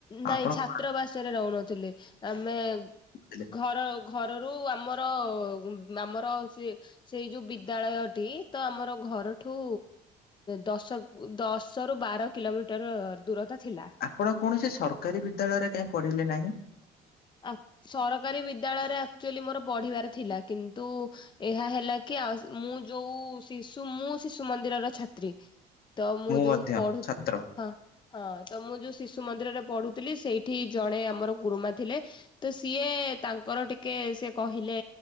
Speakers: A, on the left; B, on the left.
A: ନାଇଁ
B: ଆପଣଙ୍କ
A: ଛାତ୍ରାବାସରେ ରହୁନଥିଲି ଆମେ।
B: ଥିଲେ
A: ଘର ଘରରୁ ଆମର ଗୁମ୍ -ଆମର ସିଏ। ସେଇ ଯୋଉ ବିଦ୍ୟାଳୟଟି ତ ଆମର ଘରଠୁ। ଦଶ ଦଶ ରୁ ବାର କିଲୋମିଟର ଦୂରତା ଥିଲା।
B: ଆପଣ କୌଣସି ସରକାରୀ ବିଦ୍ୟାଳୟରେ କାଁଇ ପଢିଲେ ନାହିଁ?
A: ଅକ୍-ସରକାରୀ ବିଦ୍ୟାଳୟରେ ଆକ୍ଚୁଅଲି ମୋର ପଢିବାର ଥିଲା କିନ୍ତୁ ଏହା ହେଲା କି ଆ-ମୁଁ ଯୋଉ ଶିଶୁ ମୁଁ ଶିଶୁ ମନ୍ଦିରର ଛାତ୍ରୀ। ତ ମୁଁ ଯୋଉ
B: ମଧ୍ୟ
A: ପଢୁ
B: ଛାତ୍ର
A: ହଁ। ହଁ ତ ମୁଁ ଯୋଉ ଶିଶୁ ମନ୍ଦିରରେ ପଢ଼ୁଥିଲି ସେଇଠି ଜଣେ ଆମର ଗୁରୁମା ଥିଲେ। ତ ସିଏ ତାଙ୍କର ଟିକେ ସେ କହିଲେ